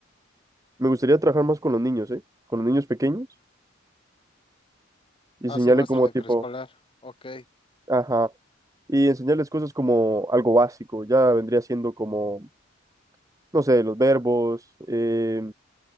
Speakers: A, on the right; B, on the left.
A: me gustaría trabajar más con los niños, ¿eh? Con los niños pequeños y
B: Ah,
A: enseñarle
B: soy maestro
A: como
B: de
A: tipo,
B: preescolar. Ok.
A: ajá, y enseñarles cosas como algo básico, ya vendría siendo como, no sé, los verbos, eh,